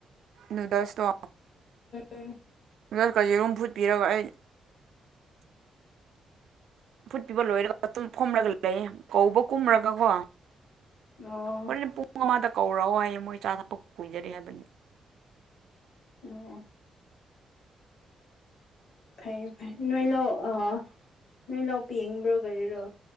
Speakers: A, on the right (about 75°); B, on the left (about 60°).
A: ꯅꯨꯗꯜꯁ ꯇꯣ
B: ꯎꯝ
A: ꯑꯗ ꯀꯖꯤꯔꯨꯝ ꯐꯨꯠꯄꯤꯔꯒ ꯑꯩ ꯐꯨꯠꯄꯤꯤꯕ ꯂꯣꯏꯔꯒꯨꯝ ꯐꯣꯝꯂꯒ ꯂꯩ ꯀꯧꯕ ꯀꯨꯝꯔꯒꯀꯣ
B: ꯑꯣ
A: ꯍꯣꯔꯅ ꯄꯨꯡ ꯉ ꯑꯃꯥꯗ ꯀꯧꯔꯛꯑꯣ ꯍꯥꯏꯌꯦ ꯃꯣꯏ ꯆꯥ ꯊꯛꯄ ꯀꯨꯏꯖꯔꯤꯦ ꯍꯥꯏꯕꯅꯤ
B: ꯑꯣ ꯐꯩ ꯐꯩ ꯅꯣꯏ ꯂꯥꯛ ꯑ ꯅꯣꯏ ꯂꯥꯛ ꯄ ꯌꯦꯡꯕ꯭ꯔꯣ ꯀꯔꯤꯔꯣ